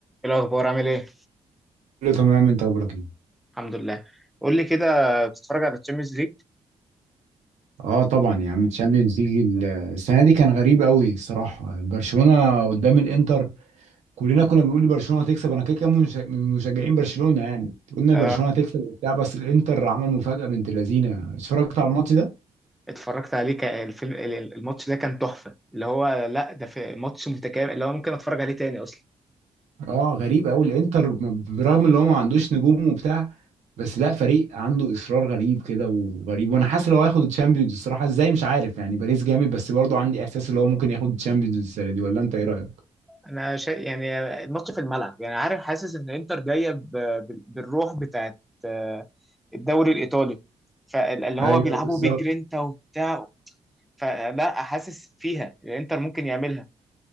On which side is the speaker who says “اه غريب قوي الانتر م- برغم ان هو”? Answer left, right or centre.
Right